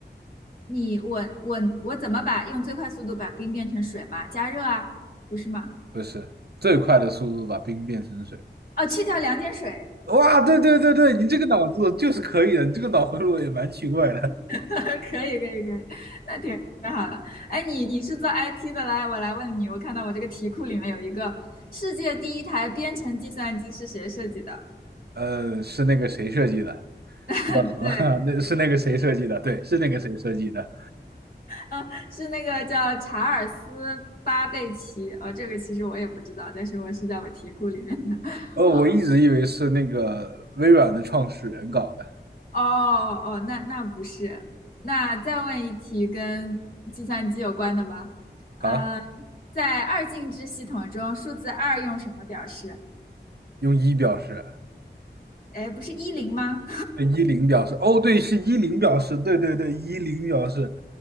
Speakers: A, on the left; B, on the right.
A: 你我我我怎么把用最快速度把冰变成水吗？加热啊，不是吗？
B: 不是，最快的速度把冰变成水。
A: 哦，去掉两点水。
B: 哇，对对对对，你这个脑子就是可以的，你这个脑回路也蛮奇怪的。
A: <laughs> 可以可以可以，那挺挺好的。哎，你你是做 IT 的，来，我来问你，我看到我这个题库里面有一个世界第一台编程计算机是谁设计的？
B: 呃，是那个谁设计的？
A: <laughs>
B: <laughs> 叫什么
A: 对，
B: <laughs> 那是那个谁设计的？对，是那个谁设计的。
A: 嗯，是那个叫查尔斯巴贝奇。哦，这个其实我也不知道，但是我是在我题库里面的。<laughs>
B: 哦，我一直以为是那个微软的创始人搞的
A: 啊、哦哦，那那不是。那再问一题跟计算机有关的吧。
B: 啊，
A: 呃，在二进制系统中，数字二用什么表示？
B: 用一表示，
A: 哎，不是一零吗？
B: 呃一零表示。哦，对，是一零表示。对对对，一零表示，